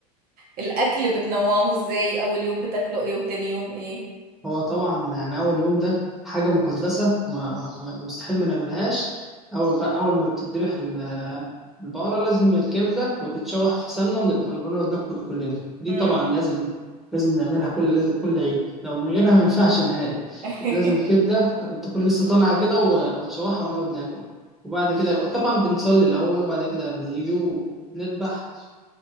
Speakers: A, on the right (about 45°); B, in the centre.
A: الاكل بتنوعوه ازاي اول يوم بتاكلوا ايه وتاني يوم ايه
B: هو طبعا يعني أول يوم ده حاجة مقدسة وما- ما- مستحيل ما نعملهاش أول بقى أول ما بتذبح ال- البقرة لازم الكبدة وتتشوح في سمنة ون- ون- ونقعد ناكل كلنا دي
A: مم.
B: طبعا لازم لازم نعملها كل لازم كل عيد لو من غيرها ما ينفعش نهائي
A: <laughs>
B: لازم الكبدة تكون لسه طالعة كده و- ونشوحها ونقعد ناكل وبعد كده طبعا بنصلي الأول وبعد كده بنيجي وبنذبح